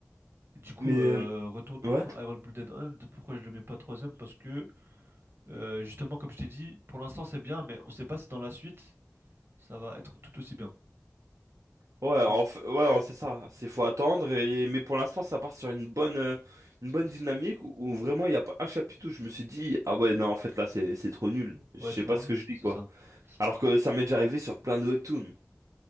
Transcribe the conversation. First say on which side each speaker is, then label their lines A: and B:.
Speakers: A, on the right; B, on the right.
A: du coup,
B: Mais.
A: euh,
B: euh,
A: Return
B: Ouais.
A: of Iron Blooded Hand, pourquoi je le mets pas troisième? Parce que, euh, justement, comme je t'ai dit, pour l'instant c'est bien, mais on sait pas si dans la suite, ça va être tout aussi bien.
B: Ouais,
A: Tu
B: en
A: vois
B: f- ouais, ouais, c'est ça. C'est faut attendre. Et... Mais pour l'instant, ça part sur une bonne, euh, une bonne dynamique où, où vraiment il y a pas un chapitre où je me suis dit, ah ouais, non, en fait là, c'est c'est trop nul.
A: Ouais,
B: Je sais
A: tu vois,
B: pas ce que je dis
A: c'est c'est
B: quoi.
A: ça.
B: Alors que ça
A: Et, du-
B: m'est déjà arrivé sur plein de webtoons.